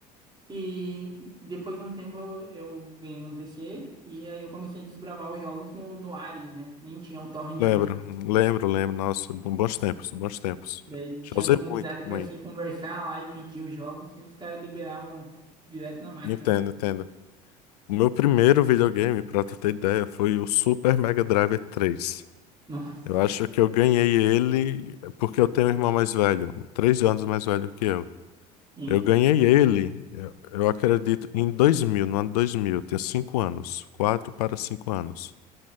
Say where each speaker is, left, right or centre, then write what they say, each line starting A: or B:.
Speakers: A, on the right; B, on the left.
A: E depois de um tempo eu, eu ganhei um PC e aí eu comecei a desbravar os jogos no, no Ares, né? Nem tinha o torrent
B: Lembro,
A: ainda.
B: lembro, lembro. Nossa, bons tempos, bons tempos.
A: Daí tinha
B: Já usei
A: comunidade
B: muito
A: pra
B: também.
A: você conversar lá e pedir os jogos que os caras liberavam direto na máquina,
B: Entendo,
A: né?
B: entendo. O meu primeiro videogame, pra tu ter ideia, foi o Super Mega Drive 3.
A: <laughs> Nossa,
B: Eu acho que eu ganhei ele porque eu tenho um irmão mais velho, três anos mais velho que eu.
A: sim,
B: Eu ganhei ele, eu, eu acredito, em 2000, no ano 2000. Eu Tenho cinco anos, quatro para cinco anos.